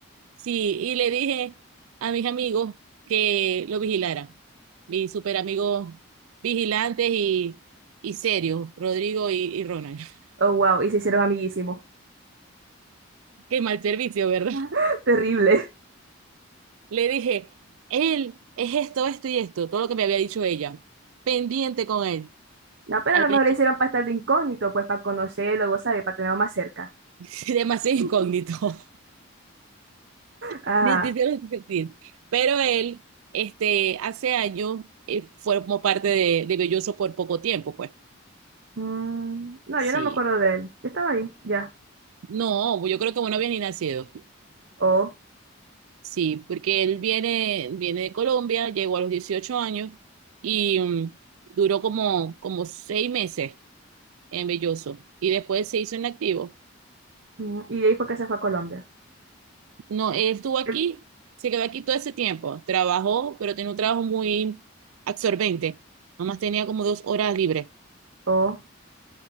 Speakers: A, on the right (about 85°); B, on the right (about 55°).
A: Sí, y le dije a mis amigos que lo vigilaran, mis super amigos vigilantes y, y serios, Rodrigo y, y Ronald. <laughs>
B: Oh, wow, y se hicieron amiguísimos.
A: Qué mal servicio, ¿verdad?
B: <laughs> Terrible.
A: <laughs> Le dije, él es esto, esto y esto, todo lo que me había dicho ella, pendiente con él.
B: No, pero
A: Al
B: a lo
A: principio,
B: mejor lo hicieron para estar de incógnito, pues para conocerlo, vos sabés, para tenerlo más cerca.
A: <laughs> demasiado
B: <laughs>
A: incógnito, <laughs>
B: Ajá.
A: me hicieron sentir. Pero él, este, hace años, eh, formó parte de, de Belloso por poco tiempo, pues.
B: Mm, no,
A: Sí.
B: yo no me acuerdo de él. Yo estaba ahí, ya.
A: No, yo creo que bueno, había ni nacido.
B: Oh.
A: Sí, porque él viene, viene de Colombia, llegó a los 18 años y mm, duró como, como seis meses en Belloso y después se hizo inactivo.
B: mm, Y de ahí fue que se fue a Colombia.
A: No, él estuvo aquí,
B: Él-
A: se quedó aquí todo ese tiempo, trabajó, pero tenía un trabajo muy absorbente, nomás tenía como dos horas libres.
B: Oh,